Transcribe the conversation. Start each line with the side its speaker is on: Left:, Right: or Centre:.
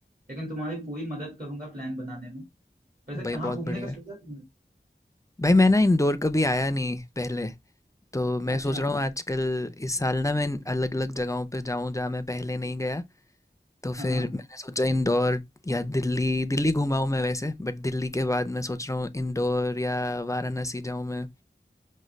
Right: लेकिन तुम्हारी पूरी मदद करूंगा प्लान बनाने में वैसे
Left: भाई
Right: कहाँ
Left: बहुत
Right: घूमने
Left: बढ़िया
Right: का सोचा तुमने
Left: भाई मैं ना इंदौर कभी आया नहीं पहले तो मैं
Right: अच्छा
Left: सोच रहा हूँ आजकल इस साल ना मैं अलग अलग जगहों पे जाऊँ जहाँ मैं पहले नहीं गया तो
Right: हाँ
Left: फिर
Right: हाँ
Left: मैंने सोचा इंदौर या दिल्ली दिल्ली घुमा हूँ मैं वैसे बट दिल्ली के बाद मैं सोच रहा हूँ इंदौर या वाराणसी जाऊँ मैं